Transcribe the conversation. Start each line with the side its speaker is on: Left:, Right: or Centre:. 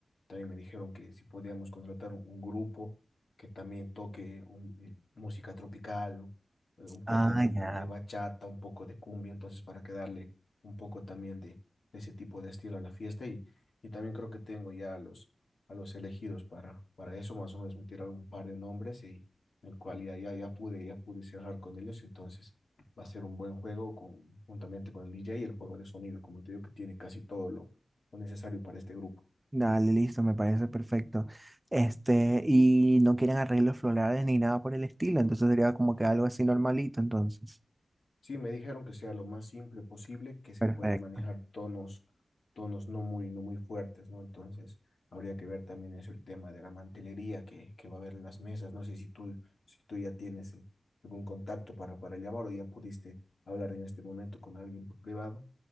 Left: también me dijeron que si podíamos contratar un, un grupo que también toque un- eh, música tropical, o, eh, un poco
Right: Ah,
Left: de, de,
Right: ya.
Left: de bachata, un poco de cumbia, entonces para que darle un poco también de, de ese tipo de estilo a la fiesta y, y también creo que tengo ya a los, a los elegidos para, para eso, más o menos me tiraron un par de nombres y en el cual ya, ya, ya pude, ya pude cerrar con ellos, entonces Va a ser un buen juego con, juntamente con el DJ y el juego de sonido, como te digo, que tiene casi todo lo, lo necesario para este grupo.
Right: Dale, listo, me parece perfecto. Este, y no quieren arreglos florales ni nada por el estilo, entonces sería como que algo así normalito, entonces.
Left: Sí, me dijeron que sea lo más simple posible, que se
Right: Perfecto.
Left: puede manejar tonos, tonos no muy, no muy fuertes, ¿no? Entonces, habría que ver también eso, el tema de la mantelería que, que va a haber en las mesas. No sé si tú, si tú ya tienes eh, algún contacto para, para llamar o ya pudiste hablar en este momento con alguien por privado.